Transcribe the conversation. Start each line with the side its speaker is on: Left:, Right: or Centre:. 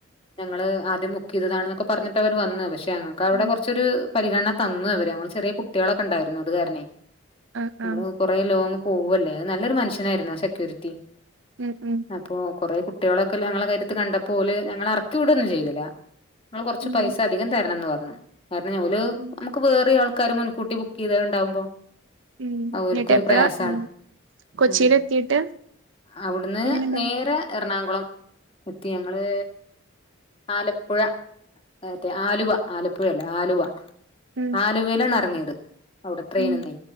Left: ഞങ്ങള് ആദ്യം ബുക്ക് ചെയ്തതാണ് എന്നൊക്കെ പറഞ്ഞിട്ട് അവര് വന്നു പക്ഷെ ഞങ്ങൾക്ക് അവിടെ
Right: ഉം
Left: കുറച്ചൊരു പരിഗണന തന്നു അവര് നമ്മള് ചെറിയ കുട്ടികളൊക്കെ ഉണ്ടായിരുന്നു അതുകാരണെ
Right: ആ
Left: നമ്മള്
Right: ആ
Left: കൊറേ ലോങ്ങ്‌ പോവല്ലേ നല്ലൊരു മനുഷ്യനായിരുന്നു സെക്യൂരിറ്റി
Right: ഉം ഉം
Left: അപ്പൊ കൊറെ കുട്ടി കുട്ടികളൊക്കെ ഞങ്ങളെ കയത്ത് കണ്ടപ്പോല് ഞങ്ങളെ ഇറക്കിവിടുവൊന്നും ചെയ്തില്ല നൾ കൊറച്ച്
Right: ഉം
Left: പൈസ അധികം തരണംന്ന് പറഞ്ഞു കാരണം ഓൽ
Right: ഉം
Left: നമ്മുക്ക് വേറെ ആൾക്ക് ൾക്കാർ മുൻകൂട്ടി ബുക്ക് ചെയ്തത് ഉണ്ടാവുമ്പോ
Right: ഉം
Left: അവലക്കൊരു
Right: എന്നിട്ട് എപ്പഴാ
Left: പ്രയാസമാണ്
Right: ഉം കൊച്ചിയിൽ
Left: ഉം
Right: എത്തിയിട്ട്
Left: അവിടുന്ന്
Right: എങ്ങനെണ്ടായിരുന്നു
Left: നേരെ എറണാകുളം എത്തി ഞങ്ങള് ആലപ്പുഴ മറ്റേ ആലുവ ആലപ്പുഴ അല്ലേ ആലുവ
Right: ഉം
Left: ആലുവയിലാണ് ഇറങ്ങിയത് അവിടെ ട്രെയിൻന്നീ
Right: ഉം